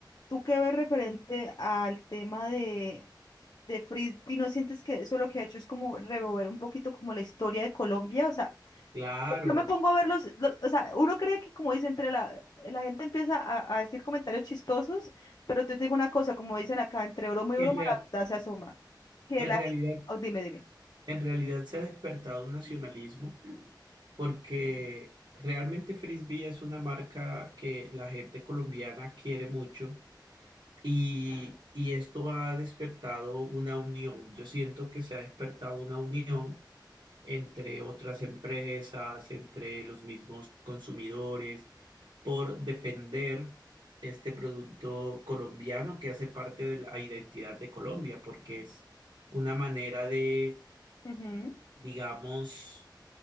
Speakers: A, on the left; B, on the right.
A: tú qué ves referente al tema de... de Frisbee, ¿no sientes que eso lo que ha hecho es como revolver un poquito como la historia de Colombia? O sea,
B: Claro,
A: Yo me pongo a verlos, o sea, uno cree que como dice entre la, la gente empieza a, a decir comentarios chistosos, pero te digo una cosa, como dicen acá, entre broma y
B: en
A: broma
B: real-
A: la verdad se asoma. Que
B: en
A: la
B: realidad,
A: gente, dime, dime,
B: en realidad se ha despertado un nacionalismo porque realmente Frisbee es una marca que la gente colombiana quiere mucho y, y esto ha despertado una unión. Yo siento que se ha despertado una unión entre otras empresas, entre los mismos consumidores, por defender este producto colombiano que hace parte de la identidad de Colombia, porque es una manera de,
A: Ujú.
B: digamos,